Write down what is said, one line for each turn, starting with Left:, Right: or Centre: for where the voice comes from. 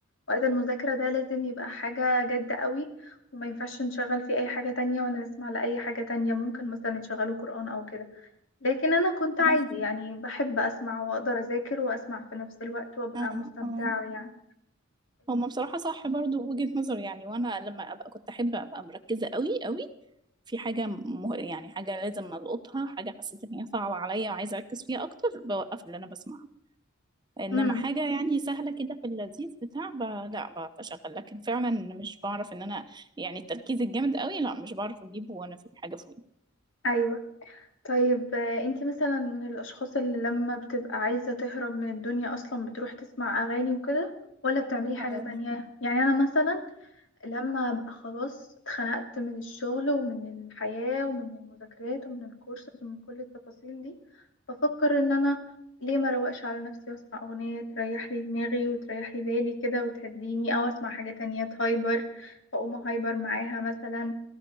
Left: وقت المذاكره ده لازم يبقى حاجه جد قوي وما ينفعش نشغل فيه اي حاجه تانية ولا نسمع لاي حاجه تانية ممكن مثلا يشغلوا قران او كده لكن انا كنت عادي
Right: هم
Left: يعني بحب اسمع واقدر اذاكر واسمع في نفس الوقت وابقى
Right: آه،
Left: مستمتعه
Right: آه.
Left: يعني
Right: هم بصراحة صح برضو وجهة نظر يعني وانا لما ابقى كنت احب ابقى مركزة قوي قوي في حاجة مه... يعني حاجة لازم القطها حاجة حسيت ان هي صعبة عليا وعايزة اركز فيها اكتر بوقف اللي انا بسمعه انما
Left: امم
Right: حاجه يعني سهله كده في اللذيذ بتاع ب... لا بشغل لكن فعلا مش بعرف ان انا يعني التركيز الجامد قوي لا مش بعرف اجيبه وانا في حاجه في ودني
Left: ايوه طيب آه، انتي مثلا من الاشخاص اللي لما بتبقى عايزة تهرب من الدنيا اصلا بتروح تسمع اغاني وكده ولا بتعملي حاجة
Right: اه
Left: تانية يعني انا مثلا لما ابقى خلاص اتخنقت من الشغل ومن الحياة ومن المذاكرات ومن الكورسز ومن كل التفاصيل دي بفكر ان انا ليه ما روقش على نفسي واسمع اغنية تريح لي دماغي وتريح لي بالي كده وتهديني او اسمع حاجة تانية تهايبر فاقوم هايبر معاها مثلا